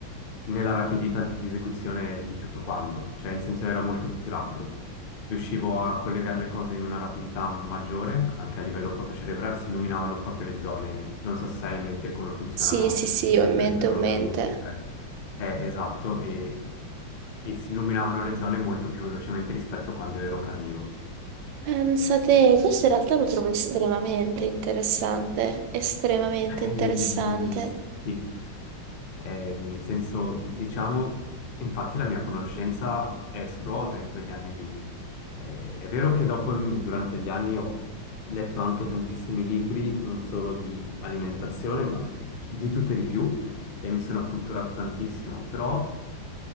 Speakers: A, on the left; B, on the right.
A: nella rapidità di esecuzione di tutto quanto, cioè in senso era molto più rapido. Riuscivo a collegare le cose in una rapidità maggiore, anche a livello proprio cerebrale, si illuminavano proprio le zone. Non so se sai in mente come funzionano
B: Sì, sì, sì,
A: gli elettroencefalogrammi,
B: ho in mente, ho in mente.
A: eccetera. Eh, esatto, e, e si illuminavano le zone molto più velocemente rispetto a quando ero carnivoro.
B: Pensa te, questo in realtà lo trovo estremamente interessante, estremamente
A: Eh,
B: interessante.
A: sì, eh, in senso, diciamo, infatti la mia conoscenza è esplosa in quegli anni lì Eh, è vero che dopo, in- durante gli anni, ho letto anche tantissimi libri, non solo di alimentazione, ma di tutto e di più, e mi sono acculturato tantissimo, però